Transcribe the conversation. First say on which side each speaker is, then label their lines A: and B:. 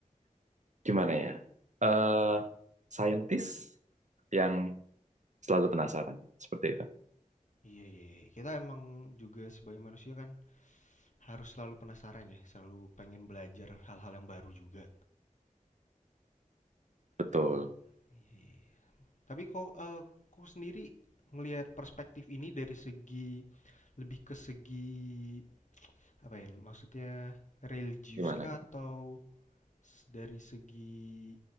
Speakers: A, on the right; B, on the left.
A: gimana ya? eh saintis yang selalu
B: Di-
A: penasaran seperti itu.
B: Iya, iya, iya. Kita emang juga sebagai manusia kan harus selalu penasaran ya, selalu pengen belajar hal-hal yang baru juga.
A: Betul.
B: Jadi, iya, iya. iya. Tapi kok, eee, kok sendiri ngelihat perspektif ini dari segi lebih ke segi apa ya, maksudnya religius
A: Gimana?
B: kah atau s dari segi,